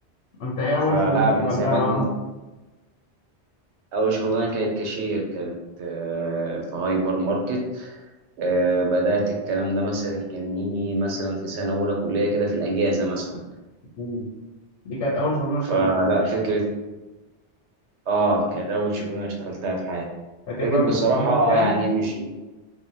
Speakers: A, on the left; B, on the right.
A: انت ايه اول
B: فلا
A: شغلانه اشتغلتها
B: من زمان
A: بقى
B: أول شغلانة كانت كاشير كانت آه، في هايبر ماركت آه، بدأت الكلام ده مثلا كان يجي مثلا في سنة أولى كلية كده في الأجازة مثلا
A: مم. دي كانت اول شغلانه اشتغلتها
B: فلا فكرة آه كانت أول شغلانة اشتغلتها في حياتي
A: فاكر
B: فكرة
A: بقى كنت
B: بصراحة
A: بتقبض كام؟
B: يعني مش